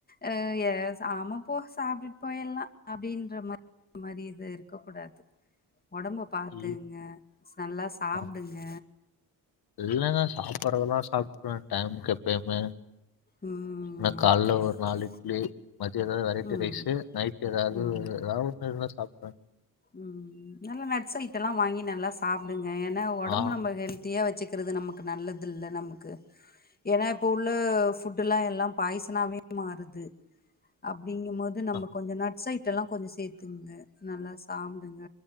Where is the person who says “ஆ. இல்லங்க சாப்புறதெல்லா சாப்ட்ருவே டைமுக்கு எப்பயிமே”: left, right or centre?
Left